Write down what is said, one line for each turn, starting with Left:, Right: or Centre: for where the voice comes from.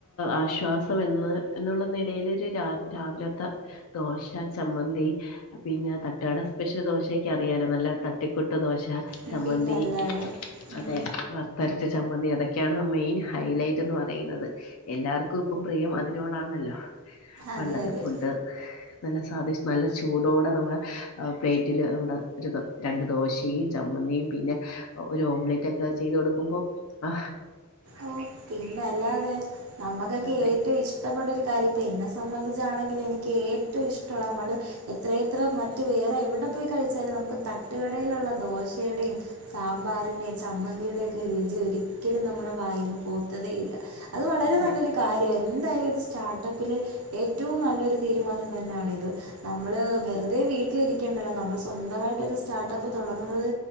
Left: ആശ്വാസം എന്ന് എന്നുള്ള നിലയിലൊര് രാ രാവിലത്തെ ദോശ ചമ്മന്തി പിന്നെ തട്ടുകട സ്പെഷ്യൽ ദോശയൊക്ക അറിയാലോ നല്ല തട്ടി പുട്ട് ദോശ
Right: ഉം
Left: ചമ്മന്തി
Right: പിന്നല്ലാതെ ഉം
Left: അതെ വർത്തരച്ച ചമ്മന്തി അതൊ ക്കെയാണ് മെയിൻ ഹൈലൈറ്റ് എന്ന് പറയുന്നത് എല്ലാവർക്കും ഇപ്പം പ്രിയം അതിനോടാണല്ലോ
Right: അതെ
Left: പണ്ടത്തെ
Right: അതെ
Left: ഫുഡ് നല്ല സാദിശ് നല്ല ചൂടോടെ നമ്മുടെ പ്ലേറ്റില് നമ്മുടെ ഒരു ത് രണ്ട് ദോശീ ചമ്മന്തിയും പിന്നെ ഒരു ഓംലെറ്റ് ഒക്കെ ചെയ്ത് കൊടുക്കുമ്പം ആ
Right: ഓ പിന്നെ അല്ലാതെ നമ്മക്കൊക്കെ
Left: അതെ
Right: ഏറ്റവും ഇഷ്ടപ്പെട്ടരു കാര്യം ഇപ്പൊ എൻഎസ് സംബന്ധിച്ചാണെങ്കിൽ എനിക്ക് ഏറ്റവും ഇഷ്ടമുള്ള നമ്മള് എത്ര എത്ര മറ്റ് വേറെ എവിടെ പോയി കഴിച്ചാലും നമുക്ക് തട്ടുകടയിലുള്ള ദോശയുടെയും സാമ്പാറിന്റെയും ചമ്മന്തിയുടെ ഒക്കെ രുചി ഒരിക്കലും നമ്മള് വായിന്നു പോത്തതേ ഇല്ല അത് വളരെ
Left: അതെ
Right: നല്ലൊരു കാര്യയിരു എന്തായാലും സ്റ്റാർട്ടപ്പില് ഏറ്റവും നല്ലൊരു തീരുമാനം തന്നെയാണിത് നമ്മള് വെറുതെ വീട്ടിലിരിക്കേണ്ടല്ലോ നമ്മള് സ്വന്തമായിട്ടൊരു സ്റ്റാർട്ടപ്പ് തുടങ്ങുന്നത്